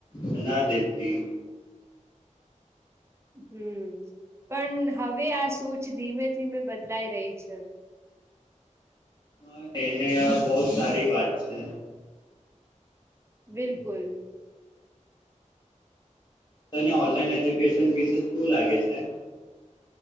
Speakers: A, on the left; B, on the right.
A: બના દેતી
B: હમ્મ પણ હવે આ સોચ ધીમે ધીમે બદલાઈ રહી છે.
A: હા એને આ બહું સારી વાત છે.
B: બિલકુલ.
A: તને ઓનલાઈન એજ્યુકેશન વિશે શું લાગે છે?